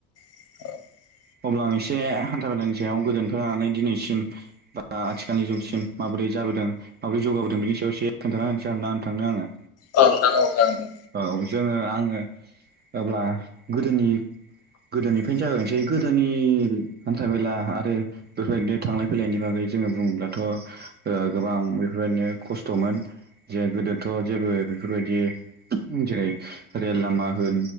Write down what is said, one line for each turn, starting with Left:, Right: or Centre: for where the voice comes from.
Left: <unintelligible>
Right: अब्ला आं एसे हान्था मेलानि सायाव गोदोनिफ्राय लानानै दिनैसिम बा आथिखालनि जुगसिम माबोरै जाबोदों माबोरै जौगाबोदों बिनि सायाव एसे खोन्थाना होनोसै आरोना नोंथांनो आङो
Left: औ नोंथां औ जागोन दे।
Right: औ जोङो आङो अब्ला गोदोनि-गोदोनिफ्रायनो जागायनसै बे गोदोनि हान्था मेला आरो बेफोरबायदिनो थांलाय फैलायनि बागै जोङो बुङोब्लाथ' ओ गोबां बेफोरबायदिनो खस्थ'मोन जे गोदोथ' जेबो बेफोरबायदि जेरै रेल लामा होन